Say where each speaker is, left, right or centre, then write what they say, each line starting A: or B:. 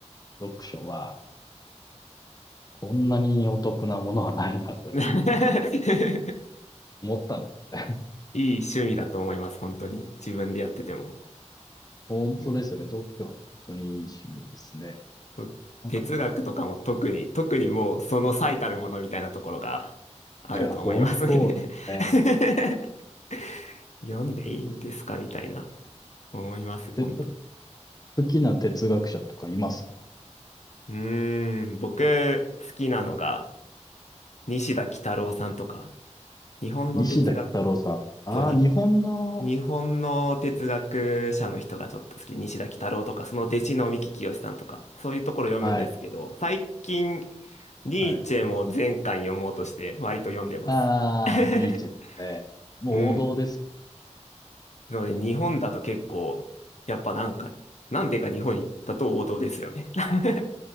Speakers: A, on the left; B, on the left.
A: 読書はこんなにお得なものはないなという
B: <laughs> い
A: 思ったんですよね。
B: い趣味だと思います、本当に。自分でやってても。
A: <laughs> 本当ですよね。
B: うん
A: 読書は本当にいい趣味ですね。
B: と哲学とかも特に、
A: なんか、
B: 特にもうその最たるものみたいなところがあると思いますね。
A: いや、本当そうですね。
B: <laughs> 読んでいいんですかみたいな思います、
A: で、
B: 本当に。
A: 好きな哲学者とかいますか
B: うーん、僕好きなのが西田幾多郎さんとか、日本の哲学、
A: 西田幾太郎さん。ああ、
B: そう、に
A: 日本の、
B: 日本の哲学者の人がちょっと好き、西田幾多郎とか、その弟子の三木清さんとか、そういうところ読むんですけど、
A: はい、
B: 最近、ニーチェも全巻読もうとして、
A: はい。
B: 割と読んでます。
A: ああ、
B: <laughs>
A: ニーチェですね。もう王道です。
B: うん。なので、日本だと結構、やっぱなんか、なんでか日本だと王道ですよね。<laughs>